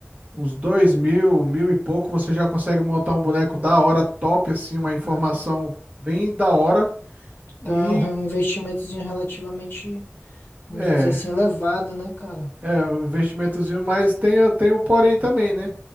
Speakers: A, on the right; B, on the left.
A: uns dois mil, mil e pouco, você já consegue montar um boneco da hora, top, assim, uma informação
B: Ah,
A: bem da hora
B: então
A: e
B: é um re- um investimentozinho relativamente, vamos
A: é,
B: dizer assim, elevado, né, cara?
A: É um investimentozinho, mas tem, a- tem o porém também, né?